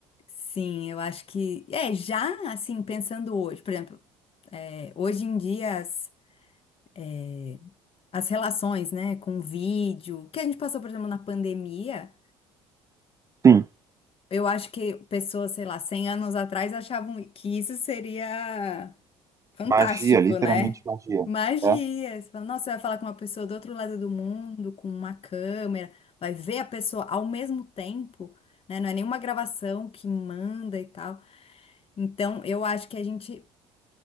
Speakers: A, on the left; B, on the right.
A: sim, eu acho que. É, já assim, pensando hoje, por exemplo. É, Hoje em dia, as, eh, as relações, né, com vídeo, que a gente passou, por exemplo, na pandemia,
B: Sim.
A: eu acho que pessoas, sei lá, 100 anos atrás achavam que isso seria fantástico,
B: Magia, literalmente
A: né?
B: magia.
A: Magia.
B: É,
A: Você fala, nossa, você vai falar com uma pessoa do outro lado do mundo, com uma câmera, vai ver a pessoa ao mesmo tempo, né? Não é nenhuma gravação que manda e tal. Então, eu acho que a gente